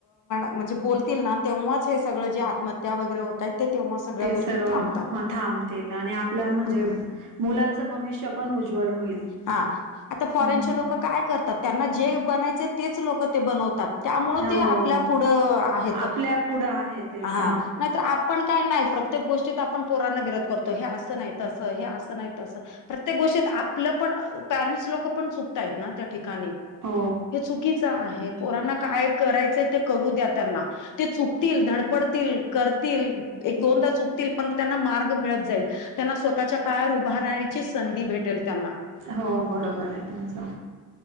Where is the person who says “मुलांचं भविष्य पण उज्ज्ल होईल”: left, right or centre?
Right